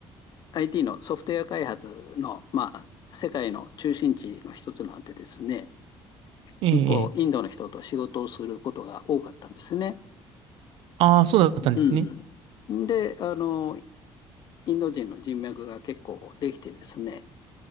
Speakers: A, on the left (about 50°); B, on the right (about 80°).
A: IT のソフトウェア開発の、まあ、世界の中心地の一つなんでですね、
B: ええ、
A: 結構インドの人と仕事をすることが多かったんですね。
B: ええ。ああ、そうだったんですね。
A: うん。で、あの、インド人の人脈が結構できてですね、